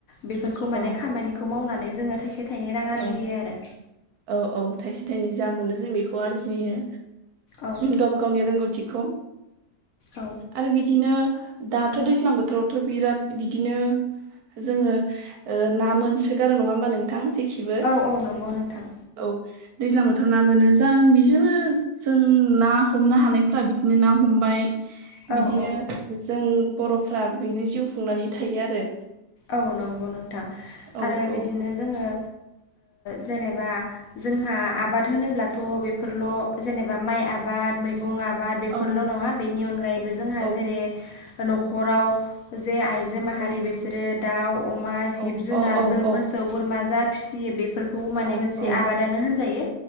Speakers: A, on the left; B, on the right.
A: बेफोफोरखौ माने
B: औ
A: खामानिखौ मावनानै। जोङो थाइसे। थाइनै रां आरजियो
B: औ
A: आरो
B: - औ - औ थाइसे थाइनै जा मोनो जों बेखौ आरजियो।
A: औ
B: गावबा -गावनि रोंगौथिखौ
A: औ
B: आरो बिदिनो। दाथ' दैज्लां बोथोरावथ' बिराद बिदिनो। जोंङो ओ ना मोनसोगारो नङा होमबा नोंथां बो
A: औ औ नंगौ नोंथां
B: औ। दैज्लां बोथोराव ना मोनो जां बिजोंनो जों ना हमनो हानायफोरा बिदिनो ना हमबाय।
A: औ
B: बिदिनो
A: औ
B: जों बर'फ्रा बेनो जिउ खुंनानै थायो आरो।
A: औ नंगौ नोंथां
B: औ
A: आरो
B: औ
A: बिदिनो जोंङो।
B: <inaudible>
A: जेनेबा जोंहा आबाद होनोब्लाथ' बेफोरल' जेनेबा माइ आबाद मैगं गं आबाद बेफोरल'
B: औ
A: नङा बेनि अनगायैबो
B: औ
A: जोंहा
B: औ
A: जेरै न'खराव जे आइ। जो माहारि
B: औ
A: बे।
B: <inaudible>
A: अमा जिब
B: औ
A: जुनार
B: औ औ
A: मोसौ बोरमा जा फिसियो बेफोरखौ माने
B: औ
A: मोनसे
B: औ
A: आबादानो होनजायो।